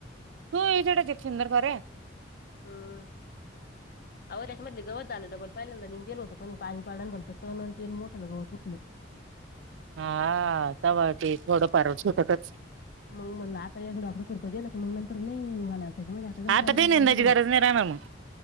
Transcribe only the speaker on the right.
तू एजडे जसंदरप आहे.
हा तव ते थोडं फारटच
आता
निंदाची
गरज राहणार मग